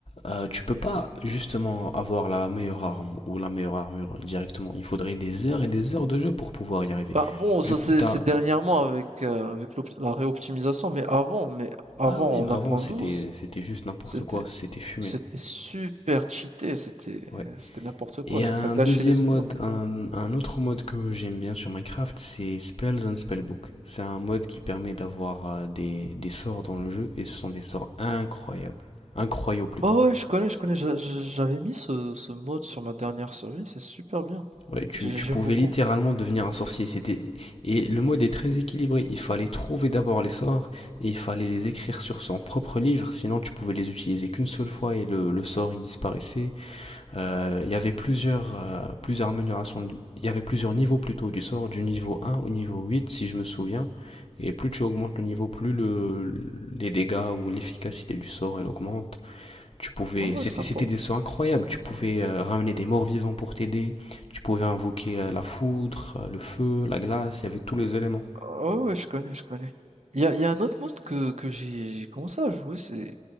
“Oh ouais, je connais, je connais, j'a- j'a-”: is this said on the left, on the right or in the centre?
Right